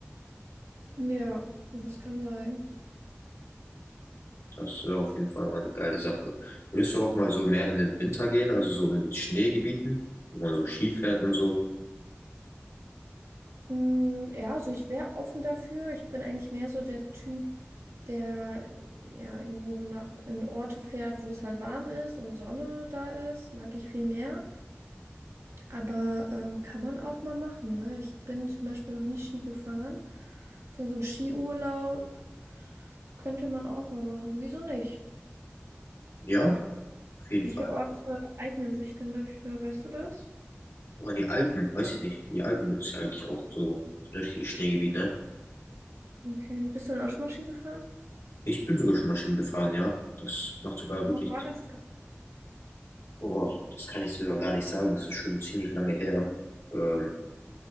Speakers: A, on the right; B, on the left.
A: Ja, das kann sein.
B: Das wäre auf jeden Fall mal eine geile Sache. Würdest du auch mal so mehr in den Winter gehen, also so in den Schneegebieten, wo man so Ski fährt und so?
A: Mm, Ja, also ich wäre offen dafür. Ich bin eigentlich mehr so der Typ, der äh, ja irgendwo nach in Orte fährt, wo es halt warm ist und Sonne da ist. Mag ich viel mehr. Aber ähm, kann man auch mal machen, ne? Ich bin zum Beispiel noch nie Ski gefahren. Deswegen so ein Skiurlaub könnte man auch mal machen. Wieso nicht?
B: Ja, auf jeden
A: Welche
B: Fall.
A: Orte eignen sich denn dafür? Weißt du das?
B: Oder die Alpen, weiß ich nicht. Die Alpen ist ja eigentlich auch so ein richtiges Schneegebiet, ne?
A: Okay. Bist du denn auch schon mal Ski gefahren?
B: Ich bin sogar schon mal Ski gefahren, ja. Das macht sogar
A: Wo
B: wirklich,
A: war das
B: boah, das kann ich sogar gar nicht sagen. Das ist schon ziemlich lange her. Ähm,